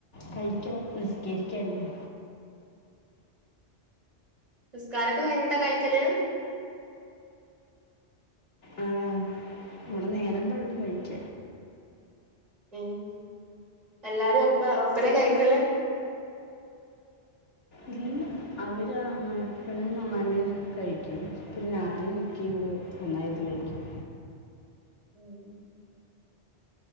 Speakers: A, on the left; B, on the right.
A: കഴിക്കണം നിസ്കരിക്കയിരുന്നു.
B: നിസ്കാരൊക്കെ കഴിഞ്ഞിട്ടാ കഴിക്കല്?
A: ആ ഇവിടെ നേരമ്പഴും കഴിക്ക
B: ഉം എല്ലാരും ഒപ്പ ഒപ്പര കഴിക്കൽ?
A: ഇല്ല അവർ അമ്മയിപ്പനും അമ്മയിഅമ്മയും കഴിക്കും പിന്നെ ഞാനും ഇക്കിയും കൂടി ഒന്നായിരത്തി ക
B: ഉം